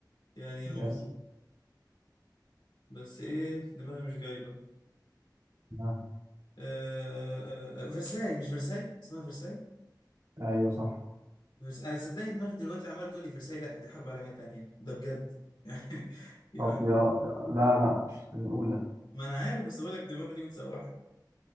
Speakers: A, on the left; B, on the right.
A: يعني المفروض
B: يس
A: بس ايه دماغي مش جايبة
B: آه،
A: آه آه آه، فرساي مش فرساي اسمها فرساي
B: ايوه صح
A: بس انا صدقني دماغي دلوقتي عماله تقول لي فرساي لا دي حرب عالميه تانية ده بجد <laughs> يعني يعني
B: طب يا لا لا مش الاولى
A: ما انا عارف بس بقول لك دماغي دي بتسوحني